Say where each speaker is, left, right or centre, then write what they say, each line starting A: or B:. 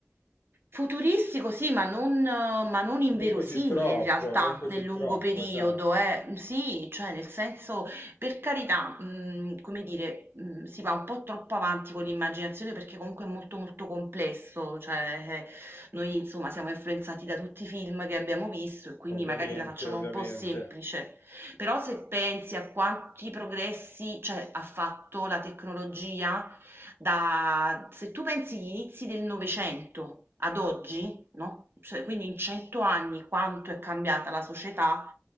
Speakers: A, on the right; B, on the left.
A: Futuristico sì, ma non ma non inverosimile
B: non così troppo,
A: in realtà
B: non così
A: nel lungo
B: troppo,
A: periodo,
B: esatto.
A: eh. Sì, cioè nel senso, per carità, mhmm, come dire, mhmm, si va un po' troppo avanti con l'immaginazione perché comunque è molto, molto complesso, cioè, eh, noi insomma siamo influenzati da tutti i film che abbiamo visto e quindi
B: Ovviamente,
A: magari la facciamo
B: ovviamente.
A: un po' semplice. Però se pensi a quanti progressi, cioè, ha fatto la tecnologia da se tu pensi gli inizi del Novecento ad oggi, no, cioè quindi in 100 anni quanto è cambiata la società,